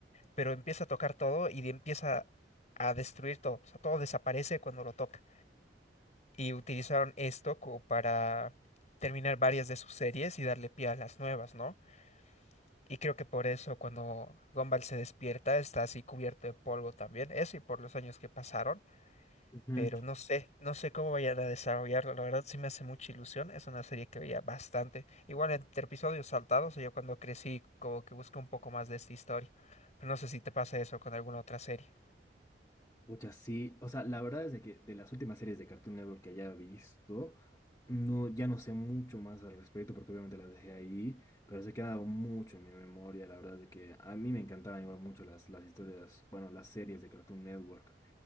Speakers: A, on the left; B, on the left.
A: pero empieza a tocar todo y de- empieza a destruir todo, o sea, todo desaparece cuando lo toca. Y utilizaron esto como para terminar varias de sus series y darle pie a las nuevas, ¿no? Y creo que por eso cuando Gumball se despierta está así cubierto de polvo también, eso y por los años que pasaron,
B: Ujú.
A: pero no sé, no sé cómo vayan a desarrollarlo, la verdad sí me hace mucha ilusión, es una serie que veía bastante, igual entre episodios saltados, yo cuando crecí como que busqué un poco más de esta historia, pero no sé si te pasa eso con alguna otra serie.
B: Pucha, sí. O sea, la verdad es de que de las últimas series de Cartoon Network que haya visto, no, ya no sé mucho más al respecto porque obviamente las dejé ahí, pero se queda mucho en mi memoria. La verdad es de que a mí me encantaban igual mucho las, las historias, bueno, las series de Cartoon Network.